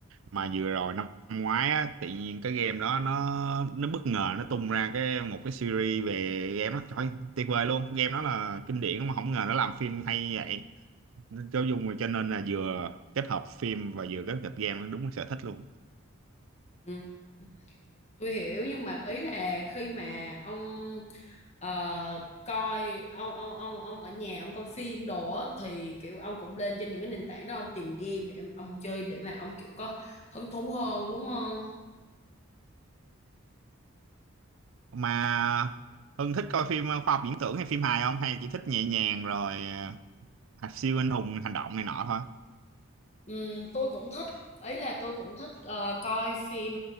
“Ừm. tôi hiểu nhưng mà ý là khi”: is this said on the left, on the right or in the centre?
Left